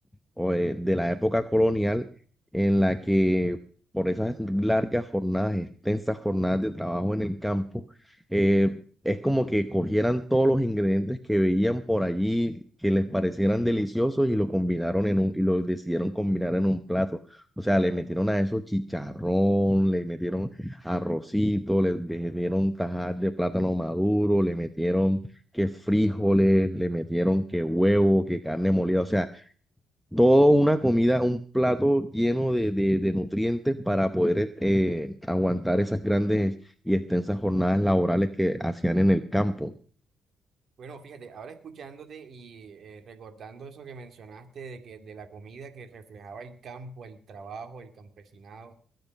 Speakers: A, in the centre; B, on the right.
A: o, eh, de la época colonial en la que por esas largas jornadas, extensas jornadas de trabajo en el campo, eh, es como que cogieran todos los ingredientes que veían por allí, que les parecieran deliciosos y lo combinaron en un, y lo decidieron combinar en un plato. O sea, le metieron a eso chicharrón, le metieron arrocito, le metieron tajar de plátano maduro, le metieron que frijoles, le metieron que huevo, que carne molida. O sea, todo una comida, un plato lleno de, de- de nutrientes para poder eh, aguantar esas grandes y extensas jornadas laborales que hacían en el campo.
B: Bueno, fíjate, ahora escuchándote y eh, recordando eso que mencionaste de que de la comida que reflejaba el campo, el trabajo, el campesinado.